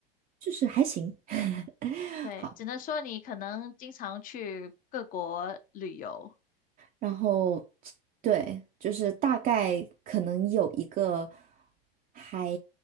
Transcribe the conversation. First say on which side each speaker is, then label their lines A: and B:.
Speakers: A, on the right (about 30°); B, on the left (about 30°).
A: 就是还行。<laughs>
B: 对，
A: 好，
B: 只能说你可能经常去各国旅游。
A: 然后对，就是大概可能有一个还